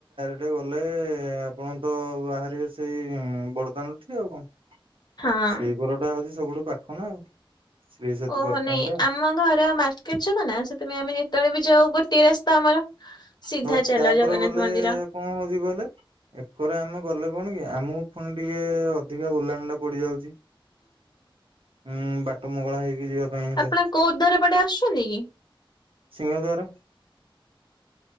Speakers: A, on the right; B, on the left.
A: ସେପଟେ ଗଲେ ଆପଣ ତ ବାହାରିବେ ସେଇ ବଡ଼ଦାଣ୍ଡ ଠି ଆଉ କଣ?
B: ହଁ।
A: ସେଇ ଘରଟା ହଉଛି ସବୁଠୁ ପାଖ ନା ଆଉ? ଶ୍ରୀ ସେତୁ
B: ଓହୋ
A: ପାର୍କିଂ
B: ନାଇଁ
A: ଟା
B: ଆମ ଘର ମାର୍କେଟର ଛକ ନା ସେ ତମ ଆମେ ଯେତେବେଳେ ବି ଯାଉ ଗୋଟେ ରାସ୍ତା ଆମର। ସିଧା
A: ତ
B: ଚାଲ
A: ତାପରେ
B: ଜଗନ୍ନାଥ
A: ଗଲେ
B: ମନ୍ଦିର
A: କଣ ହଉଛି କହିଲେ ଏକର ଆମେ ଗଲେ କଣ କି ଆମକୁ ପୁଣି ଟିକେ ଅଧିକା ବୁଲାଣି ଟା ପଡିଯାଉଚି। ହୁଁ ବାଟ ମଙ୍ଗଳା ହେଇକି ଯିବା ପାଇଁ ହେଲେ
B: ଆପଣ କୋଉ ଉଦର ପଟେ ଆସୁଛନ୍ତି କି?
A: ସିଂହଦ୍ଵାର।